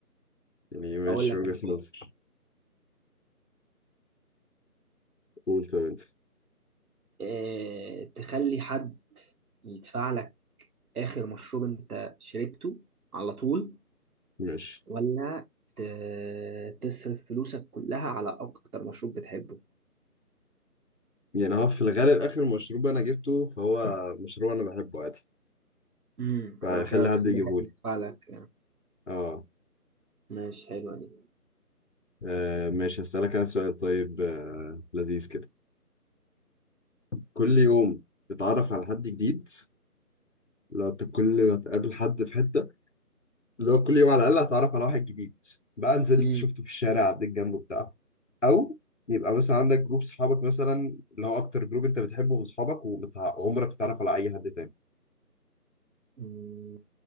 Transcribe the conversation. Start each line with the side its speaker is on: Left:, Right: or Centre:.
Left: يعني ماشي
Right: اقول لك
Left: وجهة
Right: انا
Left: نظر
Right: طيب
Left: قول طب انت
Right: آه تخلي حد يدفع لك اخر مشروب انت شربته على طول
Left: ماشي
Right: ولا ت- تصرف فلوسك كلها على أكتر مشروب بتحبه
Left: يعني هو في الغالب آخر مشروب أنا جبته فهو مشروب أنا بحبه عادي
Right: امم
Left: فخلي
Right: فكده هتخلي
Left: حد يجيبهولي
Right: حد يدفع لك يعني
Left: اه
Right: ماشي حلوة دي
Left: آه، ماشي هسألك أنا سؤال طيب آه، لذيذ كده كل يوم تتعرف على حد جديد لو انت كل ما تقابل حد في حتة لو كل يوم على الأقل هتعرف على واحد جديد بقى نزلت
Right: امم
Left: شفته في الشارع عديت جنبه بتاع أو يبقى مثلا عندك جروب صحابك مثلا اللي هو أكتر جروب أنت بتحبه من صحابك وعمرك تتعرف على أي حد تاني
Right: مم،